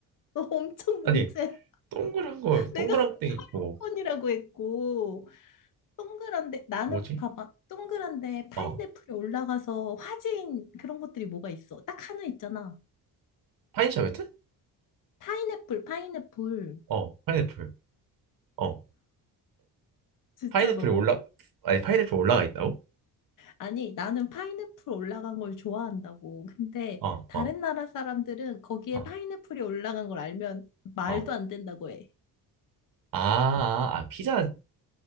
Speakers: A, on the left (about 50°); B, on the right (about 55°).
A: 너 엄청
B: 아니
A: 문제.
B: 동그란 거
A: <laughs>
B: 동그란
A: 내가
B: 땡 있고
A: 서양권이라고 했고, 동그란데, 나는
B: 뭐지?
A: 봐봐, 동그란데 파인애플이
B: 어
A: 올라가서 화제인 그런 것들이 뭐가 있어? 딱 하나 있잖아.
B: 파인 샤베트?
A: 파인애플, 파인애플.
B: 어 파인애플 어나
A: 진짜
B: 파인애플이
A: 너.
B: 올라 아니 파인애플 올라가 있다고?
A: 아니, 나는 파인애플 올라간 걸 좋아한다고. 근데
B: 어
A: 다른
B: 어
A: 나라 사람들은 거기에
B: 어
A: 파인애플이 올라간 걸 알면 말도
B: 어 아
A: 안 된다고 해.
B: 아 아, 피자